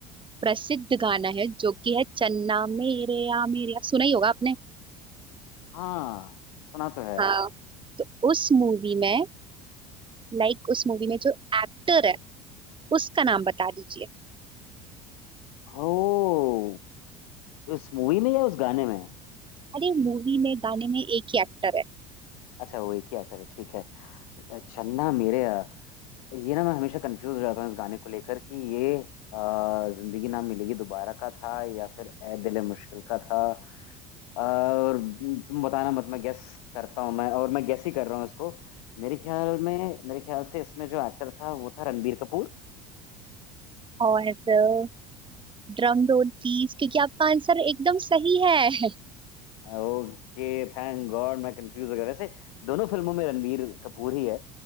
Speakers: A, on the right; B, on the left.
A: प्रसिद्ध गाना है जो कि है चन्ना मेरे या मेरे या सुना ही होगा आपने
B: हाँ सुना तो है
A: हाँ तो उस मूवी में लाइक उस मूवी में जो एक्टर है उसका नाम बता दीजिए
B: ओ उस मूवी में या उस गाने में
A: अरे मूवी में गाने में एक ही एक्टर है
B: अच्छा वो एक ही एक्टर है ठीक है चन्ना मेरेया ये ना मैं हमेशा कंफ्यूज रहता हूँ इस गाने को लेकर कि ये अ, जिंदगी ना मिलेगी दोबारा का था या फिर ए दिल मुश्किल का था अ, और तुम बताना मत मैं गेस करता हूँ मैं और मैं गेस ही कर रहा हूँ इसको मेरे ख्याल में मेरे ख्याल से इसमें जो एक्टर था वो था Ranbir Kapoor
A: और ड्रम रोल प्लीज क्योंकि आपका आंसर एकदम सही है
B: Okay thank God मैं कंफ्यूज हो गया वैसे दोनों फिल्मों में रणबीर कपूर ही है